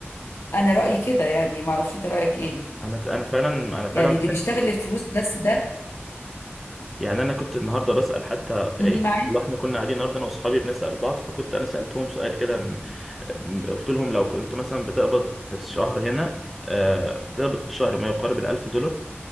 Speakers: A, on the left; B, in the centre.
A: انا رأيي كده يعني معرفش انت رأيك ايه
B: انا انا فعلا انا فعلا
A: يعني اللي بيشتغل الفلوس بس ده
B: يعني انا كنت النهارده بسال حتى يعني
A: مم، معاك
B: والله احنا كنا قاعدين النهارده انا واصحابي بنسال بعض فكنت انا سالتهم سؤال كده م- م- قلت لهم لو كنت مثلا بتقبض في الشهر هنا آه، بتقبض في الشهر ما يقارب الألف دولار